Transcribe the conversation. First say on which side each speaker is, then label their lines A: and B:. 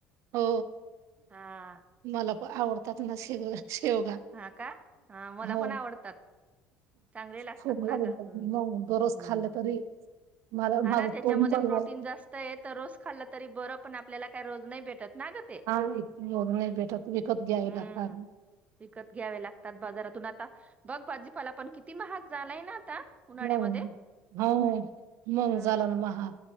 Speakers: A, on the right; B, on the right.
A: हो
B: हा.
A: मला पण आवडतात ना शिग शेवगा
B: हा का? हा मला
A: हो
B: पण आवडतात चांगले लागतात
A: खूप म
B: ना ग. हम्म.
A: गररोज
B: हम्म
A: खाल्लं तरी मला
B: हा
A: माझं
B: ना त्याच्यामध्ये
A: तोंड पडणार
B: प्रोटीन जास्त आहे तर रोस खाल्ला तरी बरं पण आप आपल्याला काही रोज नाही भेटत ना ग ते
A: हा एवढं नाही भेटत विकत घ्यावे
B: हम्म
A: लागतात
B: विकत घ्यावे लागतात बाजारातून आता बगबाजीपाला पण किती महाग झालाय ना आता उन्हाळ्यामध्ये
A: हो हा मंग
B: हा
A: झाला ना महा